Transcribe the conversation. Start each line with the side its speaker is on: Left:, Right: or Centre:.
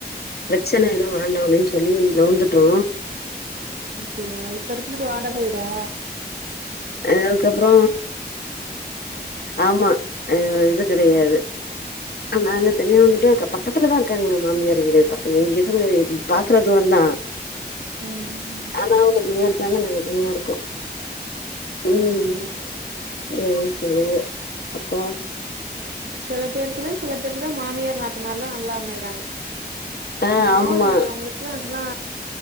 Left: பிரச்சன எதுவு வேண்டா அப்டின் சொல்லி வந்துட்டோ
Right: அப்டியா இப்ப இருக்குறது வாடக வீடா
Left: அதுக்கப்புற ஆமா இது கெடையாது நாங்க தனியா வந்துட்டோ பக்கத்துல தா இருக்காங்க மாமியார் வீடு பக்கத்து இங்க இருந்து பாக்குற தூரோதா <inaudible>
Right: ம் ம்
Left: ஆனா அவங்க தனியா இருக்காங்க நாங்க தனியா இருக்கோ ம்
Right: சரி சரி சரி
Left: சேரி சேரி அப்றோ
Right: செல பேருக்கு தா செல பேருக்கு தா மாமியார் நாத்தனார்லா நல்லா அமையறாங்க
Left: ஆ
Right: பாவ
Left: ஆமா
Right: செஞ்சவங்களுக்கெல்லா அதெல்லா